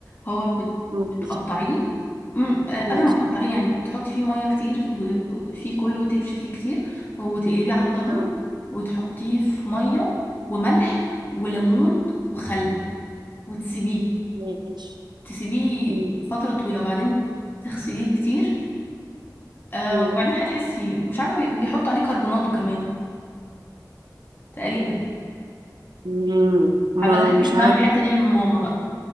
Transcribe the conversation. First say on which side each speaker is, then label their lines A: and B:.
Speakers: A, on the left (about 30°); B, on the right (about 85°).
A: هو بت-
B: ماشي
A: بتقطعيه أم، آه،
B: ماشي
A: قبل ما تقطعيه يعني بتحطي فيه ميه كتير و- وفيه كله وتمشي فيه كتير وتقلبيه على ظهره
B: اه
A: وتحطيه في ميه وملح وليمون وخل وتسيبيه
B: ماشي
A: تسيبيه
B: مم.
A: فترة طويلة وبعدين تغسليه كتير آه
B: مم.
A: وبعدين هتحسي مش عارفة بي- بيحط عليه كربوناته كمان تقريبا
B: مم. ما
A: هبقى اتأكد
B: مش
A: بعمل
B: عارف
A: الحتة دي من ماما بقى